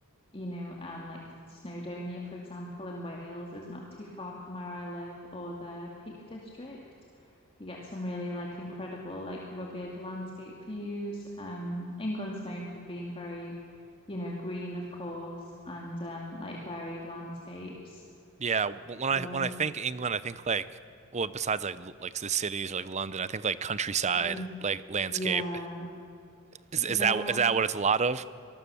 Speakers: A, on the left; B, on the right.
A: you know, um, like Snowdonia, for example, in Wales is not too far from where I live, or the Peak District. You get some really like incredible, like rugged landscape views. Um, England's known for being very, you know, green, of course, and um, like varied landscapes.
B: yeah. When
A: So,
B: I when I think England, I think like well, besides like l- like the cities or like London, I think like countryside,
A: mm,
B: like landscape.
A: yeah,
B: Is is
A: yeah,
B: that is that what it's a lot of?